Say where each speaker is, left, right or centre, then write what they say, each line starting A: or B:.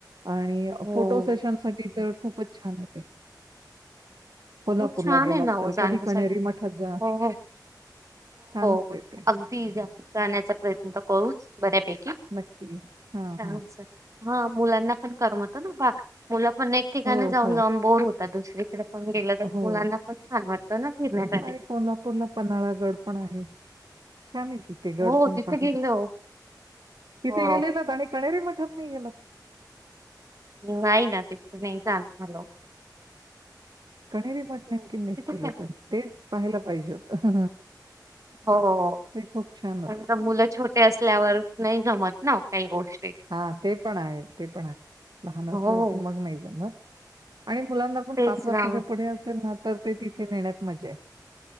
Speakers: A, on the right; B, on the right.
A: आणि
B: हो
A: फोटो सेशनसाठी तर खूपचं छान आहे ते. कोल्हापूरला
B: मग छान
A: गेलात
B: आहे ना हो
A: तर
B: जाण्यासाठी.
A: कधी कणेरी मठात
B: हो
A: जा.
B: हो
A: छानंचे
B: हो
A: ते.
B: अगदी जा जाण्याचा प्रयत्न करूच बऱ्यापैकी.
A: नक्की, हा
B: छान
A: हा.
B: असं. हा मुलांना पण करमतं ना बा. मुलं पण एक ठिकाणी
A: हो,
B: जाऊन
A: हो.
B: जाऊन बोर हो ता. दुसरीकडं पण गेलं तर
A: हो
B: मुलांना पण छान वाटतं ना फिरण्यात.
A: आणि कोल्हापूरला पन्हाळा गड पण आहे, छान आहे की ते
B: हो
A: गड पण
B: तिथे
A: पाहिलं,
B: गेलो
A: तिथे
B: हो.
A: गेलेलात आणि कणेरी मठात नाही गेलात.
B: नाही ना तिथं नाही जाणं झालं.
A: कणेरी मठ नेमकी मिस
B: तिथे
A: केलं
B: काय.
A: तुम्ही. ते पाहायला पाहिजे होत.
B: हो हो.
A: ते खूप छान होत.
B: कारणं का मुलं छो टे असल्यावर नाही जमत ना काही गोष्टी.
A: हा ते पण आहे ते पण आहे. लहान असल्यावरती
B: हो.
A: मग नाही जमत आणि मुलांना पण
B: तेच
A: पाच वर्षाच्या
B: ना
A: पुढे असेल ना, तर ते तिथे नेण्यात मजा आहे.